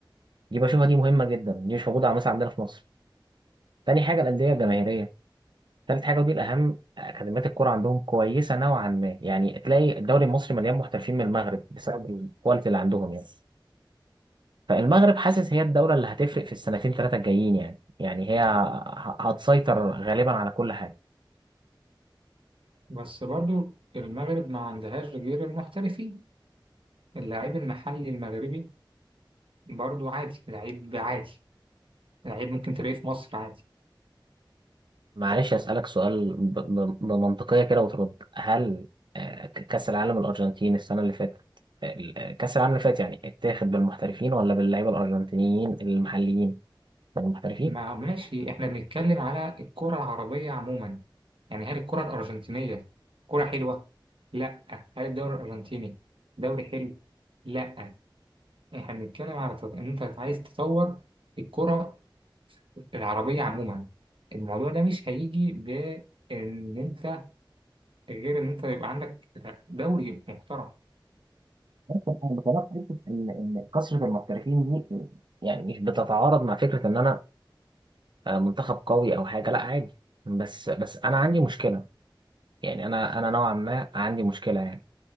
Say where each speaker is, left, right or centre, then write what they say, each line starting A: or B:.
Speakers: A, on the right (about 65°); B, on the right (about 85°).
A: دي بشوفها دي مهمة جدا دي مش موجودة مثلا عندنا في مصر تاني حاجة الأندية الجماهيرية تالت حاجة ودي الأهم أكاديميات الكرة عندهم كويسة نوعا ما يعني تلاقي الدوري المصري مليان محترفين من المغرب بسبب الكواليتي اللي عندهم يعني فالمغرب حاسس هي الدولة اللي هتفرق في السنتين ثلاثة الجايين يعني يعني هي ه- هتسيطر غالبا على كل حاجة
B: بس برضو المغرب ما عندهاش غير المحترفين اللاعب المحلي المغربي برضو عادي لعيب عادي لعيب ممكن تلاقيه في مصر عادي
A: معلش أسألك سؤال ب- ب- بمنطقية كده وترد هل آه، ك- كأس العالم الأرجنتين السنة اللي فاتت ال- كأس العالم اللي فات يعني اتاخد بالمحترفين ولا باللعيبة الأرجنتينيين المحليين بالمحترفين
B: ما ماشي احنا بنتكلم على الكرة العربية عموما يعني هل الكرة الأرجنتينية كرة حلوة؟ لا هل الدوري الأرجنتيني دوري حلو؟ لا احنا بنتكلم على تط- ان انت عايز تطور الكرة العربية عموما الموضوع ده مش هيجي بان انت غير إن أنت يبقى عندك دوري محترم
A: بس انا بكلمك في حته ان إن كثره المحترفين دي يعني مش بتتعارض مع فكره ان انا آه، منتخب قوي او حاجه لا عادي بس بس انا عندي مشكله يعني انا انا نوعا ما عندي مشكله يعني